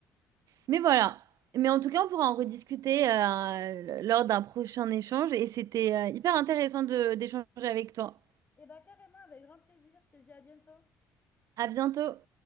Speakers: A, on the right; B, on the left.
A: Mais voilà. Mais en tout cas, on pourra en rediscuter euh, lors d'un prochain échange et c'était euh, hyper intéressant de d'échanger avec toi.
B: Eh bien, carrément, avec grand plaisir. Je te dis à bientôt.
A: À bientôt.